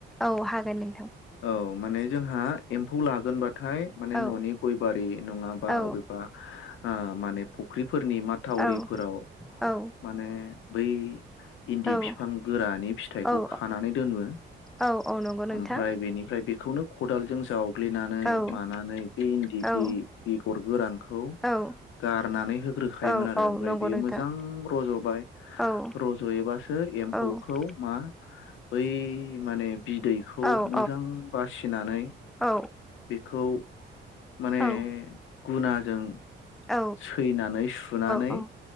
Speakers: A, in the centre; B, on the left (about 80°).
A: औ हागोन नोंथां!
B: औ माने जोंहा एम्फौ लागोनबा थाय माने
A: औ
B: न'नि गय बारि नंङाबा
A: औ
B: अबेबा आ माने फख्रि फोरनि माथावरिफोराव
A: औ औ
B: माने बै इन्दि
A: औ
B: बिफां गोरानि फिथाइखौ
A: औ
B: खानानै दोनो
A: औ औ नंगौ नोंथां
B: ओमफ्राय बेनिफ्राय बे बेखौनो खदालजों जावग्लिनानै
A: औ
B: मानानै बे इन्दि
A: औ
B: बि बेगर गोरान खौ
A: औ
B: गारनानै होग्रोखायोमोन
A: औ
B: आरो
A: औ
B: ओमफ्राय
A: नंगौ
B: बियो
A: नोंथां
B: मोजां रज'बाय
A: औ
B: रज'योबा एम्फौखौ
A: औ
B: मा बै माने बिदैखौ
A: औ
B: मोजां बासिनानै
A: औ
B: बेखौ माने
A: औ
B: गुनाजों
A: औ
B: सैनानै सुनानै
A: औ